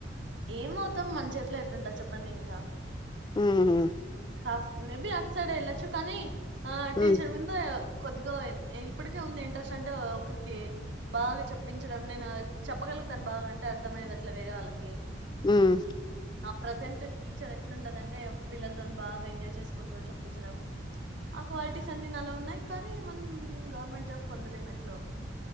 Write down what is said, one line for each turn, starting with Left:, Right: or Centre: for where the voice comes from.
Right: ఏమవుతాం మన చేతిలో ఎట్లుంటది చెప్పండి ఇంకా
Left: హు హ్
Right: సాఫ్ట్ మేబి అట్ సైడే వెళ్ళొచ్చు కానీ ఆ టీచర్
Left: ఉమ్
Right: మీద కొద్దిగా ఇప్పటికే ఉంది ఇంట్రెస్ట్ అంటే ఒకరికి బాగా చెప్పించడం నేను చెప్పగ తను బాగాంట అర్థమయ్యేట్టు వేరే వాళ్ళకి
Left: మ్మ్
Right: ఆ ప్రజెంట్ టీచర్ ఎట్లుంటదంటే పిల్లలతో బాగా ఎంజాయ్ చేసుకుంటూ చేప్పించడం ఆ క్వాలిటీస్ అన్ని నాలో ఉన్నాయి కానీ మనం గవర్నమెంట్ జాబ్ పొందలేం ఎట్లో